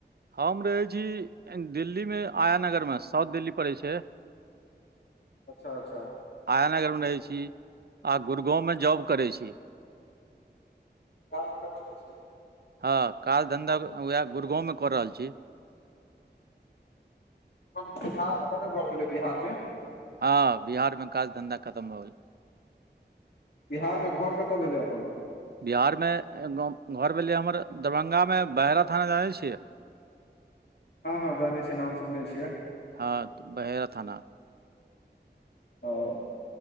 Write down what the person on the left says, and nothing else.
अच्छा अच्छा।
<unintelligible> चार घण्टा बस छियै
<unintelligible> बिहार मे कत घर भेलै बिहार मे
बिहारमे घर कतऽ भेलै अपने
<unintelligible> हँ हँ जाने छियै नाम सुनने छियै।
आओ <inaudible>